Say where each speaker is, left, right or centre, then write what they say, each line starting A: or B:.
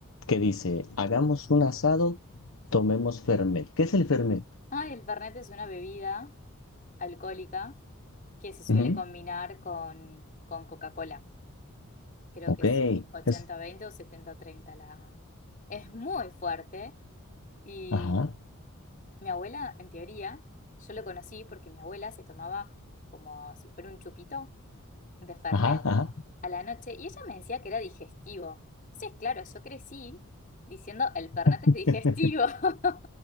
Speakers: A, on the left; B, on the left.
A: que dice, hagamos un asado, tomemos fernet. ¿Qué es el fernet?
B: Ah, el Fernet es una bebida alcohólica que se suele
A: Ujú.
B: combinar con, con Coca-Cola. creo
A: Ok,
B: que es 80-20
A: es
B: o 70-30 la... Es muy fuerte y
A: Ajá,
B: mi abuela, en teoría, yo lo conocí porque mi abuela se tomaba como si fuera un chupito de Fernet
A: ajá, ajá.
B: a la noche y ella me decía que era digestivo. Entonces, claro, yo crecí diciendo el Fernet
A: <laughs>
B: es digestivo <laughs>